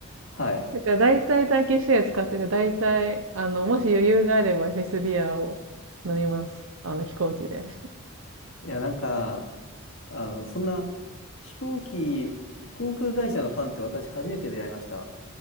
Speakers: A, on the left; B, on the right.
A: はい。
B: <laughs> だから大体ターキッシュエア使ってて、大体、あの、もし余裕があればエフェスビーアを飲みます。あの、飛行機で。
A: いや、なんか、あの、そんな、飛行機、航空会社のファンって私初めて出会いました。